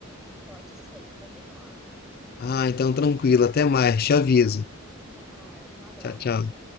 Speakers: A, in the centre; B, on the left.
A: Pode ser, combinado.
B: Ah, então tranquilo, até mais, te aviso.
A: Até mais, um abraço.
B: Tchau, tchau.